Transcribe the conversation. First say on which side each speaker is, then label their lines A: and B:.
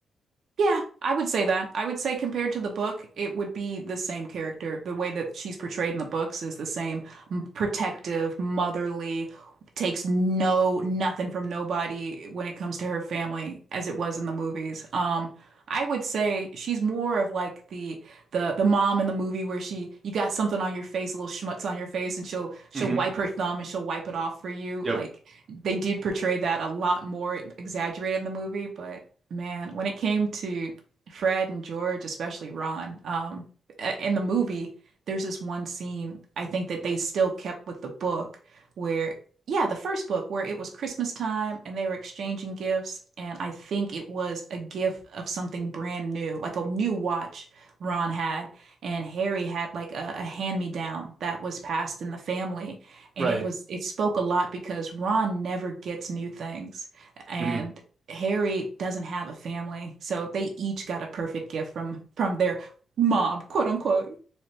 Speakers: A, on the right; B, on the right.
A: Yeah, I would say that. I would say compared to the book, it would be the same character. The way that she's portrayed in the books is the same m- protective, motherly, takes no nothing from nobody when it comes to her family as it was in the movies. Um, I would say she's more of like the the the mom in the movie where she you got something on your face, a little schmutz on your face, and she'll she'll
B: hmm
A: wipe her thumb and she'll wipe it off for you.
B: Yep.
A: Like they did portray that a lot more exaggerated in the movie, but. Man, when it came to Fred and George, especially Ron, um, a- in the movie, there's this one scene I think that they still kept with the book where, yeah, the first book where it was Christmas time and they were exchanging gifts. And I think it was a gift of something brand new, like a new watch Ron had. And Harry had like a, a hand-me-down that was passed in the family. And
B: Right.
A: it was, it spoke a lot because Ron never gets new things. And
B: hmm
A: Harry doesn't have a family, so they each got a perfect gift from from their mom, quote unquote.